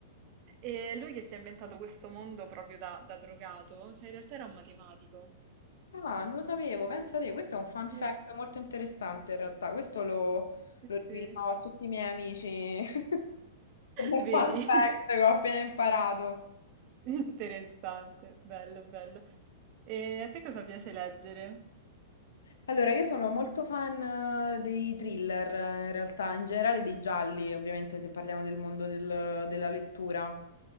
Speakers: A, on the right; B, on the left.
A: E lui che si è inventato questo mondo proprio da, da drogato, cioè in realtà era un matematico.
B: Ah, non lo sapevo, pensa te, questo è un fun
A: Sì,
B: fact molto interessante in realtà, questo lo,
A: sì,
B: lo rivelerò
A: sì.
B: a tutti i miei amici <laughs> come
A: <laughs> Vedi?
B: fun fact che ho appena imparato.
A: <laughs> Interessante, bello, bello. E a te cosa piace leggere?
B: Allora, io sono molto fan eh, dei thriller eh, in realtà, in generale dei gialli, ovviamente se parliamo del mondo del- della lettura.